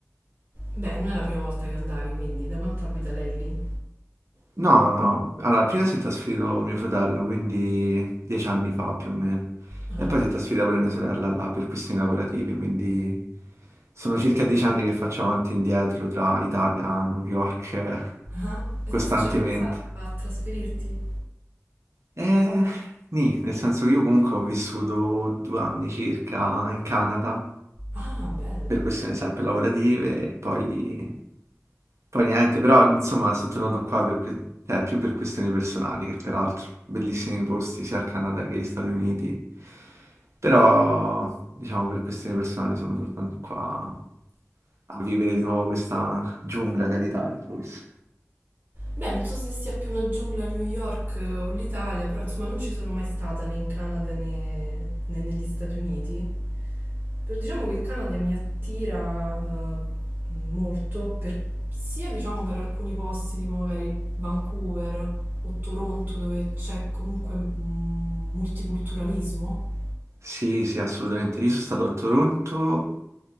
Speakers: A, on the right; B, on the right.
A: Beh, non è la prima volta che andavi, quindi da quanto abita lei lì?
B: No, no, alla prima si è trasferito mio fratello, quindi dieci anni fa più o meno,
A: Ah,
B: e poi si è trasferita pure mia sorella là per questioni lavorative, quindi sono circa dieci anni che faccio avanti e indietro tra Italia, New York, <laughs> eh,
A: Ah, e
B: costantemente.
A: tu non ci hai pensato a trasferirti?
B: E nì, nel senso che io comunque ho vissuto due anni circa in Canada,
A: Ah, bello.
B: per questioni sempre lavorative, e poi Poi niente, però insomma sono tornato qua per que- cioè, più per questioni personali che peraltro. Bellissimi posti sia al Canada che agli Stati Uniti. Però, diciamo, per questioni personali sono tornato qua a vivere di nuovo questa giungla che è l'Italia, forse.
A: Beh, non so se sia più la giungla a New York eh, o l'Italia, però insomma non ci sono mai stata né in Canada né, né negli Stati Uniti. Però diciamo che il Canada mi attira eh, molto, per- sia diciamo per alcuni posti tipo magari Vancouver o Toronto dove c'è comunque mm, multiculturalismo.
B: Sì, sì, assolutamente. Io sono stato a Toronto